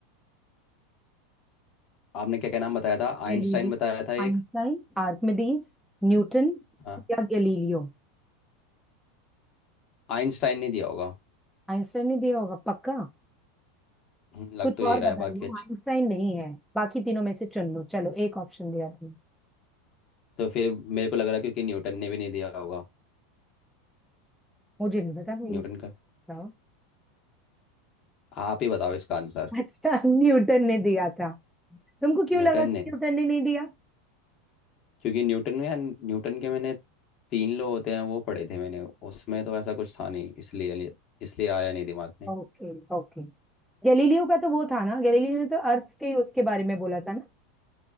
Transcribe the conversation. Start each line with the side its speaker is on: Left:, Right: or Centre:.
Left: आपने क्या क्या नाम बताया था
Centre: गैलीली
Left: आइंस्टाइन बताया था एक
Centre: आइंस्टाइन आर्किमिडीज न्यूटन
Left: हाँ
Centre: या गैलीलियो
Left: आइंस्टाइन ने दिया होगा
Centre: आइंस्टाइन ने दिया होगा पक्का
Left: हम्म, लग
Centre: कुछ
Left: तो
Centre: और
Left: ये रहा
Centre: बता
Left: है बाकी
Centre: लो
Left: अच्छा
Centre: आइंस्टाइन नहीं है बाकी तीनों में से चुन लो चलो एक ऑप्शन दिया तुमने
Left: तो फिर मेरे को लग रहा है क्योंकि न्यूटन ने भी नहीं दिया होगा
Centre: मुझे नहीं पता मैं ये
Left: न्यूटन
Centre: बताओ
Left: का आप ही बताओ इसका आंसर
Centre: अच्छा <laughs> न्यूटन ने दिया था तुमको क्यों
Left: न्यूटन
Centre: लगा कि
Left: ने
Centre: न्यूटन ने नहीं दिया
Left: क्योंकि न्यूटन में यार न्यूटन के मैंने तीन लो होते हैं वो पढ़े थे मैंने उसमें तो ऐसा कुछ था नहीं इसलिए नहीं- इसलिए आया नहीं दिमाग में
Centre: Okay okay गैलीलियो का तो वो था ना गैलीलियो ने तो अर्थ के उसके बारे में बोला था ना